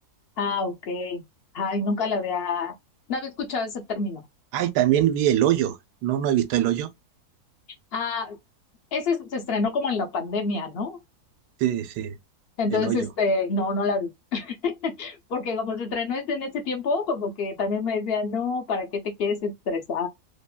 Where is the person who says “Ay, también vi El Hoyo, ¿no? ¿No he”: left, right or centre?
Right